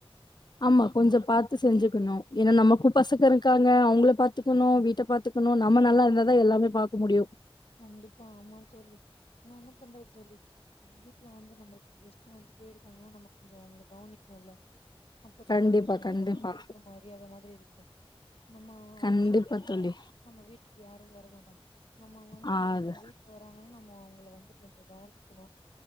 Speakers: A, on the left; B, on the left.
A: ஆமா கொஞ்சோ பாத்து செஞ்சுக்கணு ஏனா நமக்கு பசக்க இருக்காங்க அவுங்கள பாத்துக்கணு வீட்ட பாத்துக் கனு நம்ம நல்லா இருந்தாதா எல்லாமே பாக்க முடுயு
B: கண்டிப்பா ஆமா தோழி நா என்ன பண்றது தோழி வீட்ல வந்து நம்மளுக்கு கெஸ்ட் வந்துட்டே இருக்காங்கன்னா நம்ம கொஞ்சோ அவங்கள கவனிக்கணுல அப்பதான
A: கண்டிப்பா
B: ஒரு அவுங்களுக்கு
A: கண்டிப்பா
B: குடுக்குற மரியாத மாதிரி இருக்கு நம்ம அலட்சியம்
A: கண்டிப்பா
B: படுத்தா
A: தோழி
B: நம்ம வீட்டுக்கு யாரு வர மாட்டாங்க நம்ம வந் து
A: ஆ
B: ஒருத்தவங்க
A: அது
B: வீட்டுக்கு வராங்கன்னா நம்ம அவங்கள வந்து கொஞ்சோ கவனிக்கணு